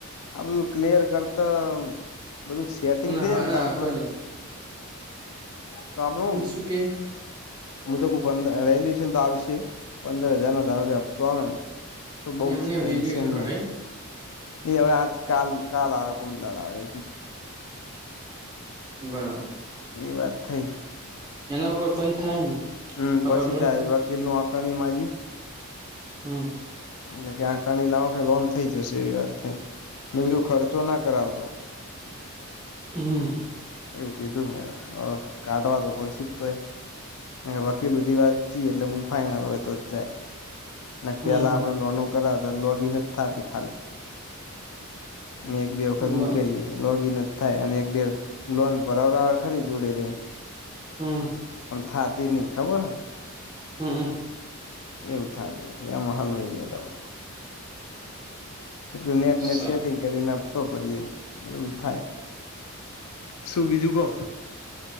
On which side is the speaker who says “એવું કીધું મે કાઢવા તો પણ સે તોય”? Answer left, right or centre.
Left